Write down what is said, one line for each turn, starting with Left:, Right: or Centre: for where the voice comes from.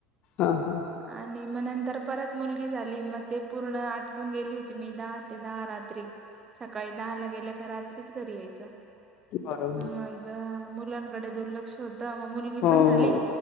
Left: हा हा
Right: आणि मग नंतर परत मुलगी झाली मग ते पूर्ण आटकून गेली होती, मी दहा ते दहा रात्री सकाळी दहा ला गेल्या का रात्रीच घरी यायच.
Left: बरोबर
Right: मग मुलांनकडे दुर्लक्ष होत. तरग म मुलगी
Left: हो
Right: पण झाली
Left: हो